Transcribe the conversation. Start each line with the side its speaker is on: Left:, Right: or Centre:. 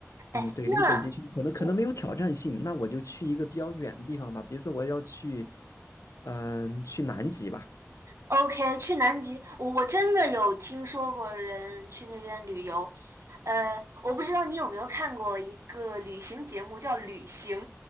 Right: 哎，
Left: 嗯，对，
Right: 那我
Left: 离北极圈可能可能没有挑战性，那我就去一个比较远的地方吧，比如说我要去，嗯、去南极吧，
Right: OK 去南极，我我真的有听说过人去那边旅游。呃，我不知道你有没有看过一个旅行节目叫《旅行》，